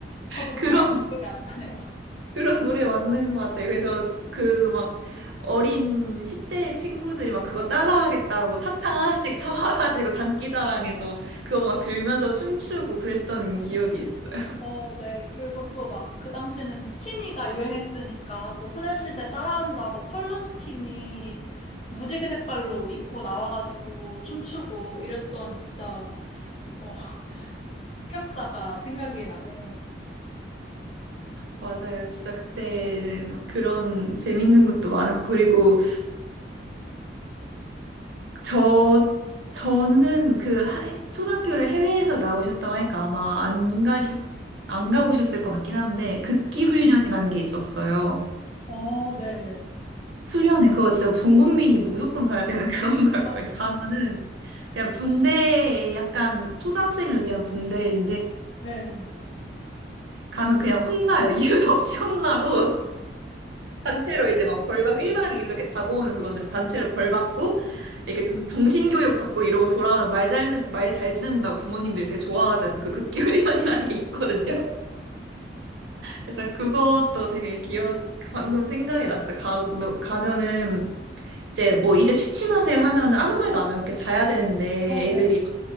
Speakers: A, on the right (about 85°); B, on the left (about 35°).
A: <laughs>
B: 저도
A: 그런
B: 정확히 기억이 안 나네요.
A: 그런 노래 맞는 것 같아요. 그래서 그 막 어린 10대 친구들이 막 그거 따라하겠다고 사탕 하나씩 사와가지고 장기자랑해서 그거 막 들면서 춤추고 그랬던 기억이 있어요.
B: 어, 네. 그리고 또 막 그 당시에는 스키니가 유행했으니까 또 소녀시대 따라한다고 컬러 스키니 무지개 색깔로 입고 나와가지고 춤추고 이랬던 진짜 어, <laughs> 흑역사가 생각이 나네요.
A: 맞아요. 진짜 그때는 막 그런 재밌는 것도 많았고, 그리고 저, 저는 그 하- 초등학교를 해외에서 나오셨다고 하니까 아마 안 가셨, 안 가보셨을 것 같긴 한데, 극기 훈련이라는 게 있었어요.
B: 아, 네.
A: 수련회, 그거 진짜 전 국민이 무조건 가야 되는 <laughs> 그런 거였거든요.
B: 아,
A: 가면은 그냥 군대에 약간 초등학생을 위한 군대인데,
B: 네.
A: 가면 그냥 혼나요. <laughs> 이유도 없이 혼나고. 단체로 이제 막 벌받고 1박 2일로 이렇게 자고 오는 그건데 단체로 벌받고 이렇게 좀 정신교육 받고 이러고 돌아오는 말잘 듣는 말 잘 듣는다고 부모님들이 되게 좋아하던 그 극기훈련이라는 <laughs> 게 있거든요. 그래서 그것도 되게 기억 방금 생각이 났어요. 가, 뭐 가면은 이제 뭐 이제 취침하세요 하면은 아무 말도 안 하고 이렇게 자야 되는데
B: 아, 네.
A: 애들이